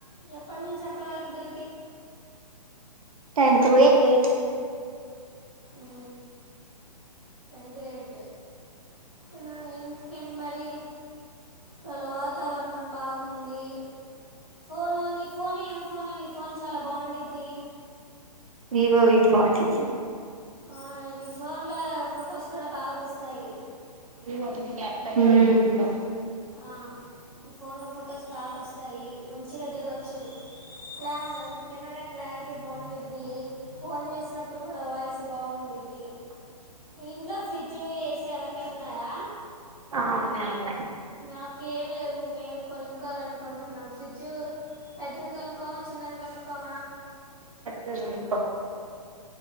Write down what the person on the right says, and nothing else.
టంటూ ఏ ఏ
వివోవి పాటి
ఉ
ఆ ఉన్నాయి ఉన్నాయి
పెద్దది కొనుక్కో